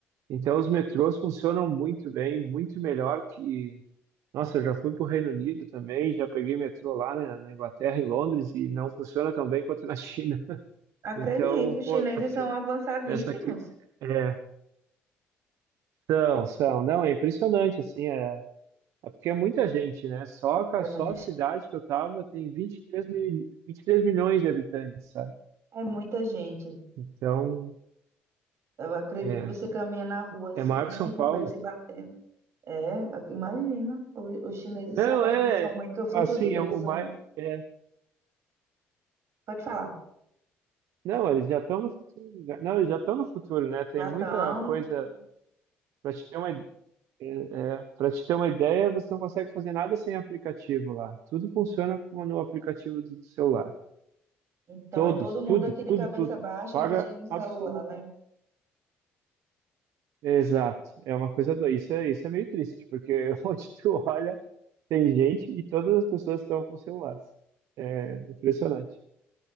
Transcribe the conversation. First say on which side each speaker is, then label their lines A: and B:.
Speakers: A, on the right; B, on the right.
A: então os metrôs funcionam muito bem, muito melhor que. Nossa, eu já fui para o Reino Unido também, já peguei metrô lá na, na Inglaterra, em Londres, e não funciona tão bem quanto na China.
B: acredito.
A: Então,
B: Os
A: pô,
B: chineses são avançadíssimos.
A: essa que é, são, são, não, é impressionante assim, é, é porque é muita gente, né? Só ca-
B: É
A: só
B: muita,
A: a
B: ge-
A: cidade que eu tava tem 23 mil, 23 milhões de habitantes, sabe?
B: é muita gente.
A: Então,
B: Eu acredito
A: é,
B: que você caminha na rua assim
A: é maior que São
B: <laughs>
A: Paulo.
B: e vai se batendo. É, imagina. O- Os chineses
A: Não,
B: são, mas
A: é
B: eles são muito futuristas.
A: assim, é
B: Eles
A: o
B: são.
A: mais é,
B: Pode falar.
A: não, eles já estão no futuro. né? Não, eles já estão no futuro, né? Tem
B: Já estão.
A: muita coisa para te ter uma é, é, para te ter uma ideia, você não consegue fazer nada sem aplicativo lá. Tudo funciona com- no aplicativo do do celular.
B: Então
A: Todos,
B: é todo mundo
A: tudo,
B: aqui de
A: tudo,
B: cabeça
A: tudo.
B: baixa,
A: Paga
B: mexendo no celular,
A: absolutamente.
B: né?
A: Exato. É uma coisa doida. Isso é, isso é meio triste, porque <laughs> onde tu olha, tem gente e todas as pessoas estão com celulares. É impressionante.